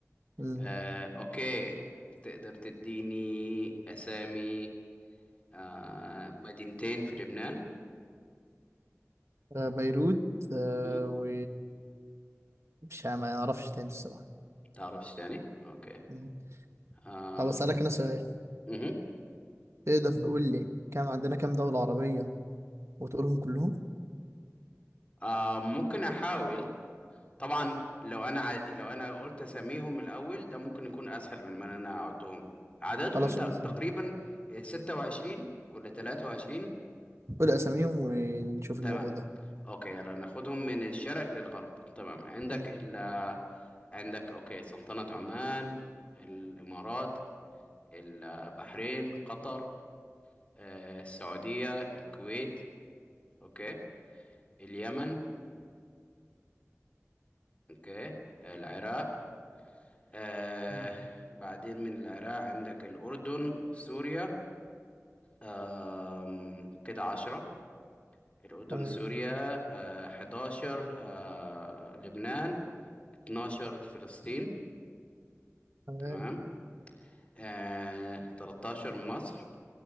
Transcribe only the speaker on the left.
آه... اوكي تقدر تديني اسامي آه... مدينتين في لبنان
مهو.
تعرفش تاني اوكي
آم...
مهو.
آه ممكن احاول طبعا لو انا ع... لو انا قلت اساميهم الاول ده ممكن يكون اسهل من ما انا اعدهم عددهم
ت...
تقريبا
26 ولا 23
تمام
اوكي يلا ناخدهم من الشرق للغرب تمام عندك
ال... عندك اوكي سلطنة عمان الامارات البحرين قطر آه، السعودية الكويت اوكي اليمن اوكي العراق آه
بعدين من العراق عندك الأردن سوريا آم، كده عشرة الأردن
سوريا آه، 11 آه، لبنان 12 فلسطين
تمام آه، 13 مصر